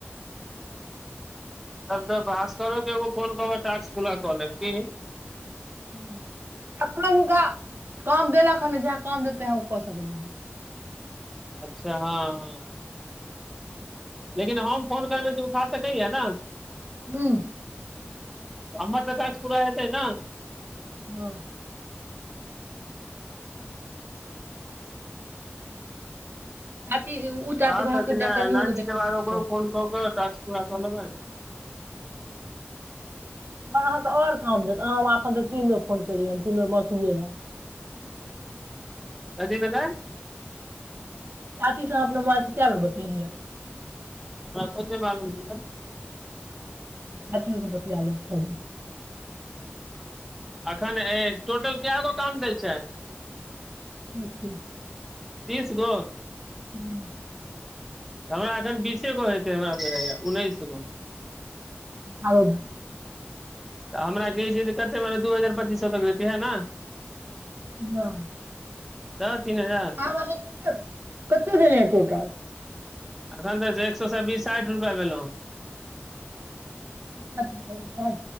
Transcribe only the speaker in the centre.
तब तऽ भास्करोके एगो फोन कऽ कऽ टास्क पुरा कऽ लेब की
अच्छा हँ हँ लेकिन हम फोन करबै से उठा सकैऐ न
हमर तऽ टास्क पूरा हतै ना
<inaudible>
अहां
सब लै
लंच
के बाद
ओकरो फोन कऽ क टास्क पुरा क लेबय
कथि भेलय
हँ कोनं चि मालुम छिकै
अखन ए टोटल कए गो काम दए छै
तीस गो
हमरा अखन बीसे गो हेतै हमरा बुझया उन्नैस गो
तऽ हमरा कहै छै तऽ कते बड़ दू हजार पच्चीस सए तक देतै इएह न
तऽ तीन हजार
एखन तऽ छै एक सएसँ बीस साठि रुपैआ भेलहुँ